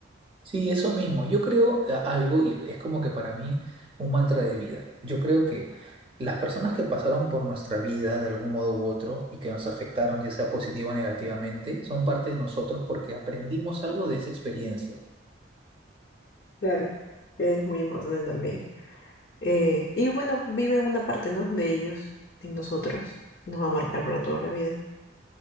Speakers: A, on the right; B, on the left.
A: Sí, eso mismo. Yo creo a- algo, y es como que para mí un mantra de vida. Yo creo que las personas que pasaron por nuestra vida de algún modo u otro y que nos afectaron, ya sea positivo o negativamente, son parte de nosotros porque aprendimos algo de esa experiencia.
B: Claro. Es muy importante también. Eh, y bueno, vive una parte, ¿no? De ellos en nosotros y nos va a marcar para toda la vida.